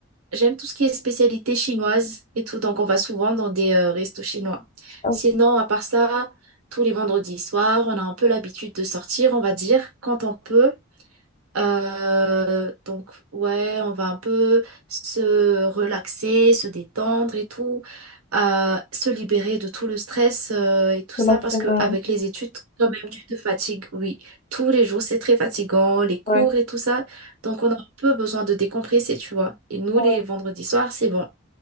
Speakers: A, on the right (about 85°); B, on the left (about 30°).
A: j'aime tout ce qui est spécialité chinoise et tout, donc on va souvent dans des euh, restos chinois.
B: Ah,
A: Sinon, à part ça, tous les vendredis soirs, on a un peu l'habitude de sortir, on va dire, quand on peut. Euh, donc, ouais, on va un peu se relaxer, se détendre et tout, euh, se libérer de tout le stress euh, et tout
B: de
A: ça,
B: la
A: parce
B: semaine,
A: que avec les études, quand même, tu te fatigues, oui. Tous les jours, c'est très fatigant, les cours
B: ouais.
A: et tout ça. Donc, on a un peu besoin de décompresser, tu vois. Et nous,
B: Ouais.
A: les vendredis soirs, c'est bon.